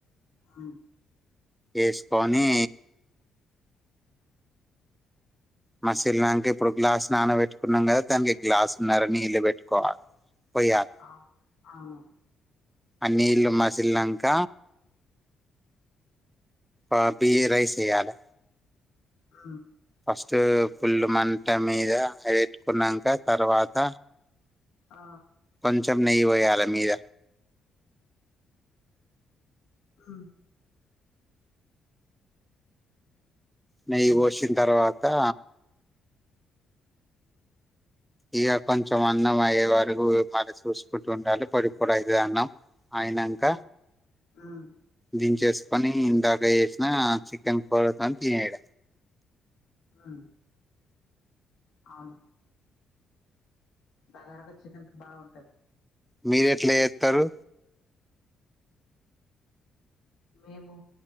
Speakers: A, on the left; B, in the centre.
A: ఆ
B: ఏస్కోనీ మసిల్నంక ఇప్పుడు గ్లాస్ నానబెట్టుకున్నం గద దానికి గ్లాస్న్నర నీళ్లు పెట్కోవా పొయ్యా
A: అవును అవును.
B: ఆ నీళ్లు మసిల్నంక ఆ బీరైస్ ఏయాలె.
A: ఆ
B: ఫస్ట్ ఫుల్లు మంట మీద అయి వెట్టుకున్నంక తర్వాత
A: ఆ
B: కొంచం నెయ్యి పొయ్యాలె మీద
A: ఆ
B: నెయ్యి
A: ఉమ్
B: పోషిన్ తర్వాతా ఇగ కొంచం అన్నం అయ్యే వరకు మరి చూసుకుంట ఉండాలి పొడి పొడి అయితది అన్నం. అయినంక
A: ఉమ్ ఉమ్
B: దించేస్కొని ఇందాక చేసిన చికెన్ పరోటని తినేయడ
A: ఉమ్ అవును బగారకు చికెన్ బాగుంటది.
B: మీరెట్ల ఏత్తరు?
A: మేము